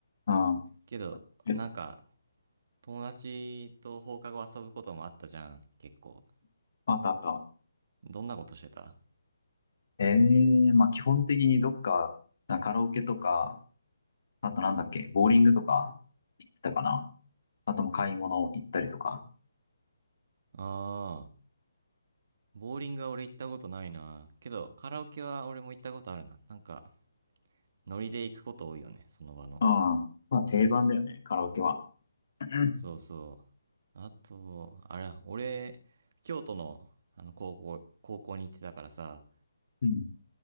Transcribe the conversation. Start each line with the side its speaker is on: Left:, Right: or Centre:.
Left: うん。
Right: けど、
Left: え、
Right: なんか、友達と放課後遊ぶこともあったじゃん、結構。
Left: あったあった。
Right: どんなことしてた
Left: ええまあ基本的にどっか、なカラオケとか、あとなんだっけ、ボーリングとか行ってたかな。あとも買い物行ったりとか。
Right: ああー、ボーリングは俺行ったことないな。けど、カラオケは俺も行ったことあるな。なんか、ノリで行くこと多いよね、その場の。
Left: うん。まあ定番だよね、カラオケは。う
Right: そうそう。あと、あれ、俺、京都の、あの、高校、高校に行ってたからさ、
Left: ん。